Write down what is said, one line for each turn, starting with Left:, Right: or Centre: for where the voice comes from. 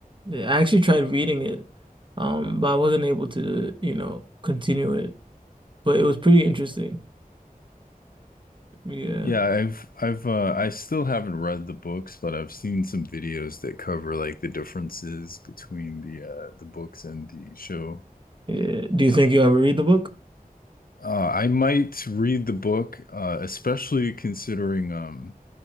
Right: Yeah, I actually tried reading it, um, but I wasn't able to, you know, continue it. but it was pretty interesting. Yeah.
Left: Yeah, I've I've uh I still haven't read the books, but I've seen some videos that cover like the differences between the uh the books and the show.
Right: Yeah. Do you think you ever read the book?
Left: Uh I might read the book, uh especially considering um